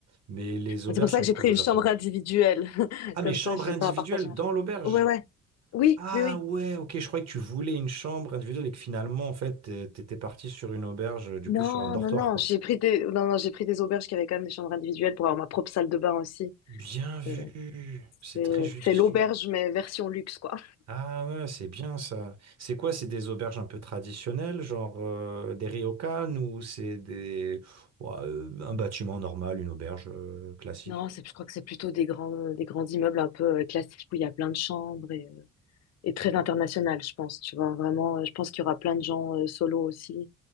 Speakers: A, on the right (about 60°); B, on the left (about 60°).
A: mais les auberges
B: C'est pour ça
A: sont
B: que j'ai
A: cool
B: pris
A: au
B: une
A: Japon.
B: chambre individuelle. <laughs>
A: Ah,
B: Comme
A: mais chambre
B: ça, j'ai
A: individuelle
B: pas à partager ma
A: dans
B: chambre.
A: l'auberge?
B: Ouais, ouais. Oui,
A: Ah
B: mais oui.
A: ouais, ok, je croyais que tu voulais une chambre individuelle et que finalement, en fait, euh, t'étais parti sur une auberge, euh, du
B: Non,
A: coup, sur un dortoir,
B: non, non.
A: quoi.
B: J'ai pris des, non, non, j'ai pris des auberges qui avaient quand même des chambres individuelles pour avoir ma propre salle de bain aussi.
A: Bien vu,
B: C'est
A: c'est
B: c'est-
A: très judicieux.
B: c'est l'auberge, mais version luxe, quoi.
A: Ah ouais, c'est bien ça. C'est quoi? C'est des auberges un peu traditionnelles, genre euh, des ryokan ou c'est des ouais, euh, un bâtiment normal, une auberge euh, classique?
B: Non, c'est, je crois que c'est plutôt des grands, des grands immeubles un peu euh, classiques où il y a plein de chambres et, euh, et très international, je pense. Tu vois, vraiment, euh, je pense qu'il y aura plein de gens euh, solo aussi.